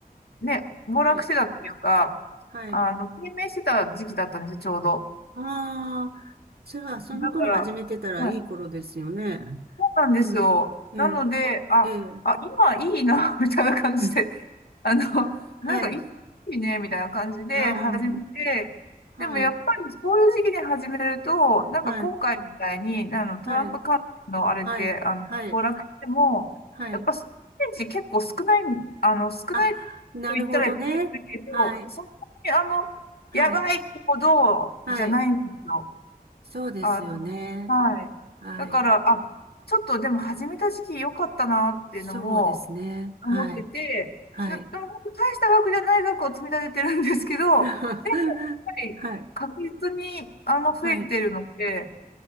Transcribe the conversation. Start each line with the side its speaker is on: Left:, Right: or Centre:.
Left: ね、暴落してたっていうか、
Right: はい。はい。
Left: あの、低迷してた時期だったんですよ、ちょうど。
Right: ああ、じゃあ、その頃始めてたらいい頃ですよね。
Left: だから、はい、そうなんですよ。
Right: うん。ええ、
Left: なので、あ、
Right: ええ、
Left: あ、今いいな、<laughs> みたいな感じで。
Right: うん。
Left: あの、<laughs>
Right: はい。
Left: なんかいいね、みたいな感じで始めて、
Right: ああ、
Left: でもやっぱりそういう時期に始めると、
Right: はい。
Left: なんか今回みたいに、
Right: はい。
Left: あの、トランプ関連のあれで、
Right: はい。はい。
Left: あの、
Right: はい。
Left: 暴落しても、
Right: はい。
Left: やっぱステージ結構少ない、あの、少ないと言ったらいけないけど、
Right: あ、なるほどね。はい。
Left: そんなにあの、
Right: はい。
Left: やばいってほどじゃないんですよ。
Right: はい。そうですよね。
Left: あの、はい。
Right: はい。
Left: だから、あ、ちょっとでも始めた時期良かったなっていうのも、
Right: そうですね。はい。
Left: 思ってて、
Right: はい。
Left: ででも本当大した額じゃない額を積み立ててるんですけど、
Right: <laughs>
Left: でも、やっぱり確実にあの増えてるので、
Right: はい。はい。